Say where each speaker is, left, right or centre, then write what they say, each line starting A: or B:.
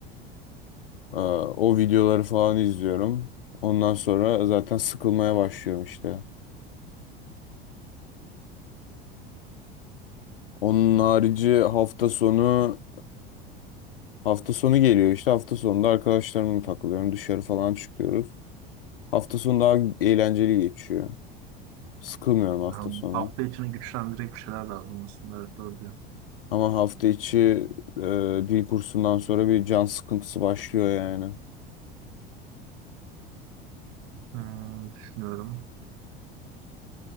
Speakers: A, on the left; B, on the right.
A: e, o videoları falan izliyorum. Ondan sonra zaten sıkılmaya başlıyorum işte. Onun harici hafta sonu e, hafta sonu geliyor işte hafta sonunda arkadaşlarımla takılıyorum dışarı falan çıkıyoruz. Hafta sonu daha eğlenceli geçiyor. Sıkılmıyorum hafta
B: Yani
A: sonu.
B: hafta içini güçlendirecek bir şeyler lazım aslında. Evet doğru diyor.
A: Ama hafta içi e, dil kursundan sonra bir can sıkıntısı başlıyor yani.
B: Hmm, düşünüyorum.